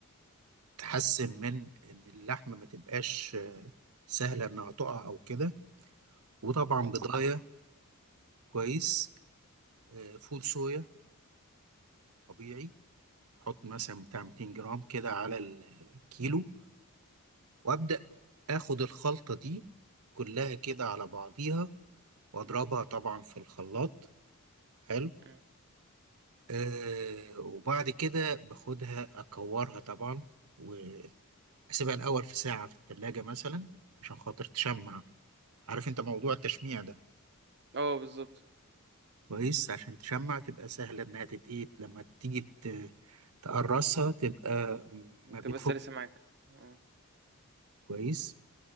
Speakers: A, on the right; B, on the right.
A: تحسن من ان اللحمه ما تبقاش آه، سهله انها تقع او كده وطبعا
B: آه،
A: بضايه كويس آه، فول صويا طبيعي احط مثلا بتاع 200 جرام كده على الكيلو وابدا اخد الخلطة دي كلها كده على بعضيها واضربها طبعا في الخلاط حلو
B: إمم.
A: آه وبعد كده باخدها اكورها طبعا واسيبها الاول في ساعة في التلاجة مثلا عشان خاطر تشمع عارف انت موضوع التشميع ده
B: آه بالضبط،
A: كويس عشان تشمع تبقى سهلة انها تتقيت لما تيجي ت- تقرصها تبقى
B: بتبقى
A: ما بتفك
B: سلسة معاك. آه.
A: كويس